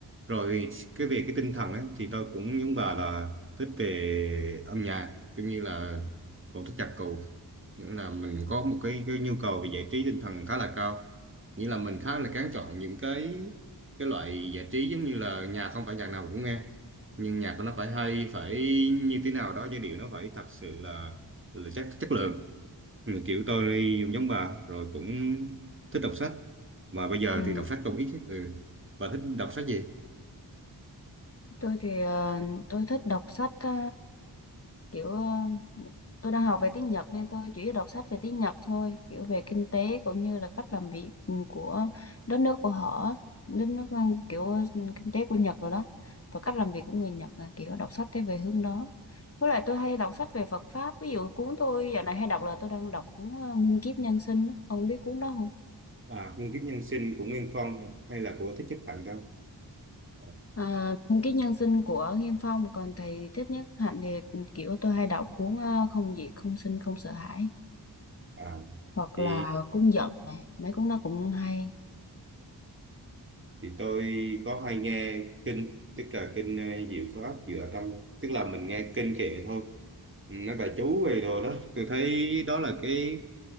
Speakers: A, on the right; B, on the left.
A: rồi cái về cái tinh thần á, thì tôi cũng giống bà là thích về âm nhạc cũng như là cũng thích nhạc cụ nghĩa là mình có một cái, cái nhu cầu về giải trí tinh thần khá là cao nghĩa là mình khá là kén chọn những cái cái loại giải trí giống như là nhạc không phải nhạc nào cũng nghe nhưng nhạc của nó phải hay phải như thế nào đó giai điệu nó phải thật sự là, là chất chất lượng Ừ, kiểu tôi giống bà rồi cũng thích đọc sách mà bây giờ
B: ừ
A: thì đọc sách cũng ít ừ. bà thích đọc sách gì
B: tôi thì ờ, tôi thích đọc sách ờ, kiểu ờ, tôi đang học về tiếng Nhật nên tôi chỉ đọc sách về tiếng Nhật thôi kiểu về kinh tế cũng như là cách làm việc ừ, của đất nước của họ đất nước ờ, kiểu ờ, kinh tế của Nhật rồi đó và cách làm việc của người Nhật là kiểu đọc sách thế về hướng đó với lại tôi hay đọc sách về Phật pháp ví dụ cuốn tôi dạo này hay đọc là tôi đang đọc cuốn ờ, Muôn kiếp nhân sinh á. ông biết cuốn đó không
A: à, nguyên kiếp nhân sinh của Nguyên Phong hay là của Thích Nhất Hạnh đâu à,
B: À, cái nhân sinh của Nghiêm Phong còn thầy thích nhất Hạnh thì kiểu tôi hay đọc cuốn ờ, Không Diệt Không Sinh Không Sợ Hãi
A: à,
B: hoặc
A: thì
B: là cuốn Giận này mấy cuốn đó cũng hay
A: thì tôi có hay nghe kinh tức là kinh ờ, Diệu Pháp Dựa Tâm tức là mình nghe kinh kệ thôi Ừ, nói bà chú về đồ đó tôi thấy đó là cái